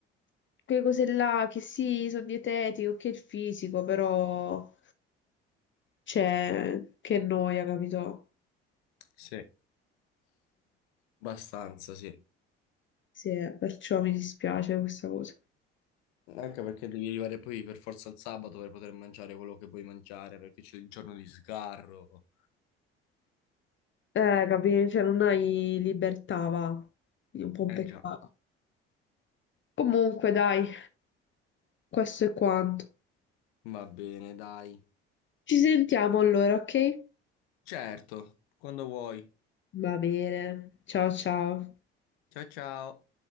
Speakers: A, on the left (about 35°); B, on the left (about 70°).
A: quelle cose là che sì, sono dietetiche, ok il fisico, però c'è che noia, capito?
B: Sì, abbastanza, sì.
A: Sì, eh, perciò mi dispiace questa cosa.
B: Anche perché devi arrivare poi per forza al sabato per poter mangiare quello che vuoi mangiare, perché c'è il giorno di sgarro.
A: Eh, capì? Cioè, non hai libertà, va. Quindi è Un po' un
B: Eh
A: peccato.
B: già,
A: Comunque, dai, questo è quanto.
B: va bene, dai.
A: Ci sentiamo allora, ok?
B: Certo, quando vuoi.
A: Va bene. Ciao ciao.
B: Ciao ciao.